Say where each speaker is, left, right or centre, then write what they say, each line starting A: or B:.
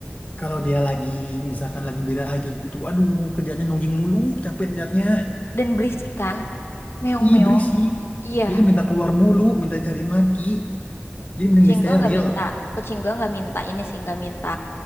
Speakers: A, on the left (about 35°); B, on the left (about 70°).
A: Kalau dia lagi, misalkan lagi biraha gitu, aduh kerjanya nungging mulu, capek liatnya.
B: Dan berisik kan. Meong-meong.
A: Ih berisik.
B: Iya.
A: Jadi minta keluar mulu, minta cariin laki. Jadi mending
B: Kucing
A: di steril.
B: gue nggak minta. Kucing gue nggak minta ini sih. Nggak minta